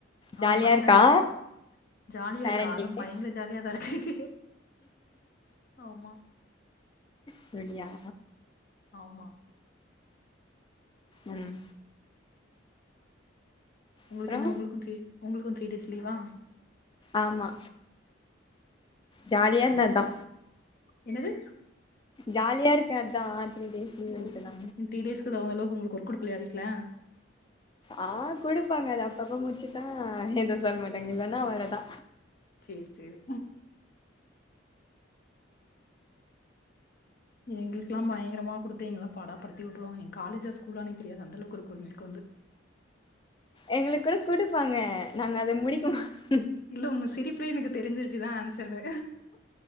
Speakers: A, on the left; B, on the left.
A: ஆ
B: ஜாலியா
A: ஃபர்ஸ்ட்
B: இருக்கா
A: ஸ்டாண்டர்ட் ஜாலியா
B: பேரண்டிங்கு
A: இருக்கா அதும் பயங்கர ஜாலியாதா இருக்கு ஆமா
B: சொன்னியா
A: ஆமா
B: ம்
A: உங்களுக்கு
B: அப்றோ
A: என்ன உங்களுக்கூ த்ரீ உங்களுக்கூ த்ரீ டேஸ் லீவா
B: ஆமா ஜாலியா
A: ஆ.
B: இருந்தே அதா
A: என்னது
B: ஜாலியா இருக்கொ அதா த்ரீ டேஸ் லீவுன்ட்டுதா
A: ஓ த்ரி டேஸ்கு தகுந்தளவு உங்களுக்கு ஒர்க் கொடுக்கலையா வீட்ல
B: ஆஹ் கொடுப்பாங்க அத அப்பப்போ முடிச்சுட்டா எதூ சொல்ல மாட்டேங்க இல்லன்னா அவ்ளா தா
A: சேர் சேரி எங்களுக்குல்லா பயங்கரமா கொடுத்து எங்கலெல்லா பாடா படுத்தி வுட்டுருவாங்க காலேஜா ஸ்கூலானே தெரியாது அந்தளவுக்கு இருக்கூ எங்களுக்கு வந்து
B: எங்களுக் கூட குடுப்பாங்க நாங்க அத முடிக்கு மாட்
A: இல்ல உங்க சிரிப்புல எனக்கு தெரிஞ்சிருச்சுதா ஆன்சரு